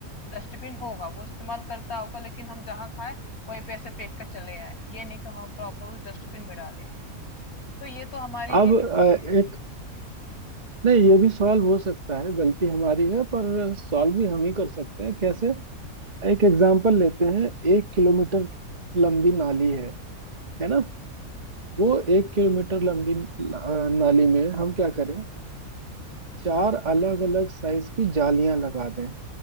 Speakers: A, on the left; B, on the right.
A: डस्टबिन होगा वो इस्तेमाल करता होगा लेकिन हम जहाँ खाए वहीं पे ऐसे फेंक कर चले आए ये नहीं कि हम प्रॉपर उस डस्टबिन में डालें तो ये तो हमारी
B: अब
A: ही गलती
B: अ, एक नहीं ये भी सॉल्व हो सकता है गलती हमारी है पर सॉल्व भी हम ही कर सकते हैं कैसे एक एग्जाम्पल लेते हैं एक किलोमीटर लंबी नाली है है ना वो एक किलोमीटर लंबी न- आ, नाली में हम क्या करें चार अलग अलग साइज की जालियां लगा दें